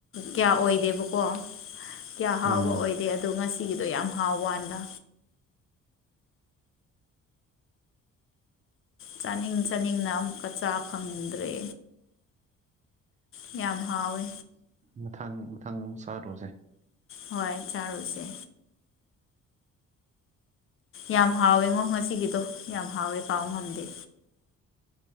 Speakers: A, on the left; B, on the right.
A: ꯀꯌꯥ ꯑꯣꯏꯗꯦ ꯗꯦꯕ ꯀꯧꯕꯣ
B: <inaudible>
A: ꯀꯌꯥ ꯍꯥꯎꯕ
B: ꯎꯝ
A: ꯑꯣꯏꯗꯦ ꯑꯗꯣ ꯉꯁꯤꯒꯤꯗꯣ ꯌꯥꯝ ꯍꯥꯎ ꯋꯥꯂ ꯆꯥꯅꯤꯡ ꯆꯥꯅꯤꯡꯅ ꯑꯃꯨꯛꯀ ꯆꯥ ꯐꯪꯗ꯭ꯔꯦ ꯌꯥꯝ ꯍꯥꯎꯋꯦ
B: ꯃꯊꯪ ꯃꯊꯪ ꯑꯃꯨꯛ ꯆꯥꯔꯨꯔꯁꯦ
A: ꯍꯣꯏ ꯆꯥꯔꯨꯁꯦ ꯌꯥꯝ ꯍꯥꯎꯋꯦꯉꯣ ꯉꯁꯤꯒꯤꯗꯣ ꯌꯥꯝ ꯍꯥꯎꯋꯦ ꯀꯥꯎ ꯉꯝꯗꯦ